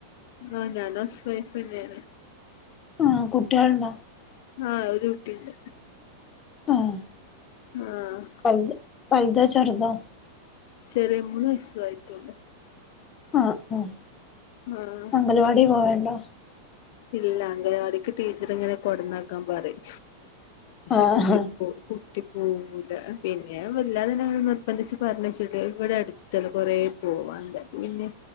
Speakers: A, on the left; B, on the left.
A: ആഹ് ഞാനും ഹൗസ് വൈഫെ ന്നെയാണ്.
B: ആഹ് കുട്ട്യൾണ്ടോ?
A: ആഹ് ഒരു കുട്ടിണ്ട്.
B: ആഹ്
A: ആഹ്
B: വൽത് വൽതോ ചെറ്തോ?
A: ചെറിയ മൂന്ന് വയസു ആയിട്ടുള്ളൂ.
B: ആഹ് ആഹ്
A: ആഹ്
B: അംഗലവാടീ പോവൽണ്ടോ?
A: ഇല്ല അങ്കലവാടിക്ക് ടീച്ചറ് ങ്ങനെ കൊടന്നാക്കാൻ പറയും ശി
B: ആഹ്
A: കുട്ടി പ്പോ കുട്ടി പോവൂല പിന്നെ ഞാൻ വല്ലാതന്നങ്ങന നിർബന്ധിച്ച് പറഞ്ഞെച്ചിട്ട് വ്ടടുത്തല്ല കൊറേ പോവാൻണ്ട്. പിന്നെ